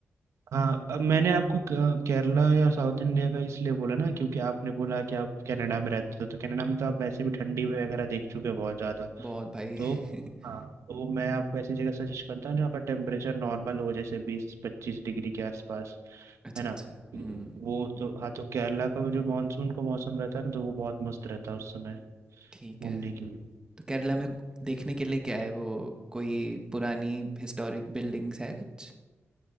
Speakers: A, on the right; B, on the right.
A: हाँ अब मैंने आपको क- केरला या साउथ इंडिया का इसलिए बोला ना क्योंकि आपने बोला कि आप कनाडा में रहते हो तो कनाडा में तो आप वैसे भी ठंडी वगैरह देख चुके हो बहुत ज़्यादा
B: बहुत भाई
A: तो
B: <laughs>
A: हाँ तो मैं आपको ऐसी जगह सजेस्ट करता हूँ जहाँ का टेम्परेचर नॉर्मल हो जैसे बीस पच्चीस डिग्री के आसपास
B: अच्छा
A: है ना
B: अच्छा
A: वो
B: हम्म
A: तो हाँ तो केरला का जो मानसून का मौसम रहता है ना तो वो बहुत मस्त रहता है उस समय
B: ठीक
A: घूमने
B: है
A: के लिए
B: तो केरला में देखने के लिए क्या है वो कोई पुरानी हिस्टोरिक बिल्डिंग्स है कुछ